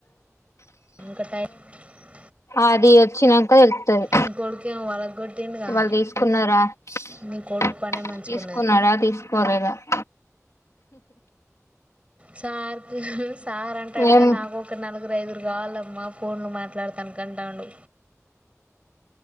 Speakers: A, on the right; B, on the left.
A: <unintelligible>
B: ఆది వచ్చినంక ఎళ్. తది
A: నీ కొడుకేమో వాళ్ళకి కొట్టిండుగా
B: వాళ్ దీస్కున్నారా.?
A: నీ
B: !
A: కొడుకు పనే మంచిగున్నది
B: తీస్కున్నాడా.? ! తీస్కోలేదా.? !
A: సార్కు, సారంటాడుగా
B: ఏం
A: నాకొక నలుగురైదుగురు గావలమ్మ. ! ఫోన్లు మాట్లాడ్తాన్కంటాండు.